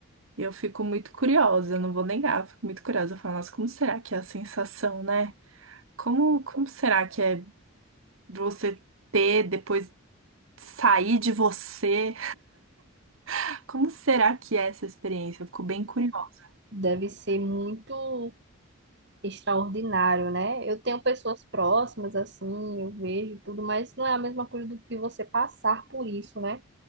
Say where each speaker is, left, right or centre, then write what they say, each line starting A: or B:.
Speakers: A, on the right; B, on the right.
A: Eu fico muito curiosa, eu não vou negar, eu fico muito curiosa. Eu falo, nossa, como será que é a sensação, né? Como, como será que é você ter, depois sair de você? <laughs> Como será que é essa experiência? Eu fico bem curiosa.
B: Deve ser muito extraordinário, né? Eu tenho pessoas próximas assim, eu vejo tudo, mas não é a mesma coisa do que você passar por isso, né?